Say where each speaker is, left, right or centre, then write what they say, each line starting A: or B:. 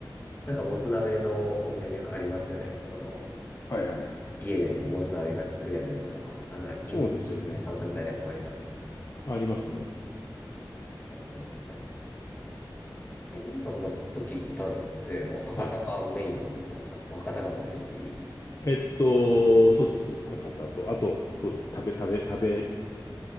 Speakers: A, on the left (about 25°); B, on the left (about 45°).
A: なんかもつ鍋のお土産よくありますよね。この、
B: はいはい。
A: 家でもつ鍋が作れるとか、なんならインスタントみたいなやつもありましたけど。
B: そうですよね。ありますね。
A: 確かに確かに。え、イブさんその時行ったのって、もう博多がメインだったんですかもう博多が目的。
B: はい。えっと、そうです、そうです。博多と、あと、そうです。食べ、食べ、食べ、